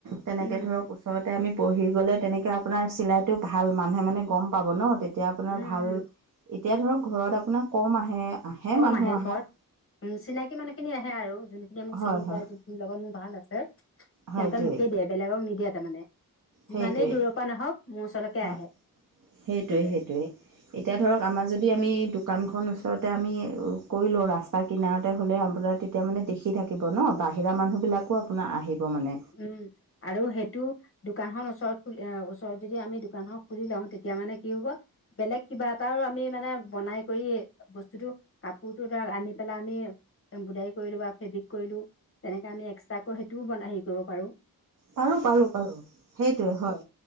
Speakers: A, on the right (about 55°); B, on the left (about 40°).
A: তেনেকে
B: উম
A: ধৰক ওচৰতে আমি বহি গ'লে তেনেকে আপোনাৰ চিলাইটো ভাল মানুহে মানে গম পাব ন'তে তেতিয়া আপোনাৰ
B: উম
A: ভাল
B: উম
A: এতিয়া ধৰক ঘৰত আপোনাৰ কম আহে -আহে
B: কম
A: মানুহ অহাত
B: ঘৰত উম, চিনাকি মানুহ খিনি আহে আৰু যোনখিনিয়ে মোক
A: হয়
B: চিনি
A: হয়
B: পায় যোনখিনি লগত মোৰ ভাল আছে সিহঁতে
A: হয়টোৱে
B: মোকে দিয়ে বেলেগ নিদিয়ে তাৰমানে যিমানেই
A: সেইটোৱে
B: দূৰৰ পৰা নহওক মোৰ ওচৰলৈকে
A: হয়
B: আহে।
A: সেইটোৱে-
B: দিবলৈ
A: সেইটোৱে এতিয়া ধৰক আমাৰ যদি আমি দোকানখন ওচৰতে আমি কৰি লওঁ ৰাস্তা কিনাৰতে হ'লে আপোনাৰ তেতিয়া মানে দেখি থাকিব ন', বাহিৰা মানুহবিলাকো আপোনাৰ আহিব মানে
B: উম, আৰু সেইটো দোকানখন ওচৰত খুলি ওচৰত যদি আমি দোকান খন খুলি লওঁ তেতিয়া মানে কি হ'ব বেলেগ কিবা এটাও আমি মানে বনাই কৰি বস্তুটো, কাপোৰটো আনি পেলাই আমি এমব্ৰইডাৰী কৰিলো বা ফেব্ৰিক কৰিলো তেনেকে আমি এক্সট্ৰাকৈ সেইটোও হেৰি কৰিব পাৰো।
A: পাৰো -পাৰো -পাৰো সেইটোৱে হয়